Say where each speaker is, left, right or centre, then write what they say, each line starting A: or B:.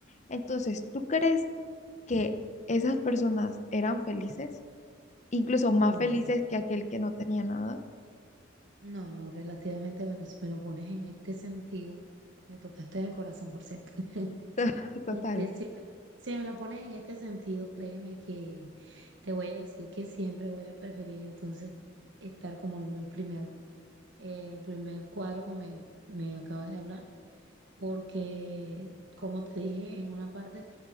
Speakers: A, on the left; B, on the right.
A: Entonces, ¿tú crees que esas personas eran felices? Incluso más
B: No.
A: felices que aquel que no tenía nada.
B: No, no, relativamente, bueno, si me lo pones en este sentido, me tocaste el corazón por cierto. <laughs>
A: <laughs> Total,
B: Este, si me, si me lo pones en este sentido, créeme que te voy a decir que siempre voy a preferir entonces estar como el primer, el primer cuadro que me, me acabas de hablar, porque como te dije en una parte,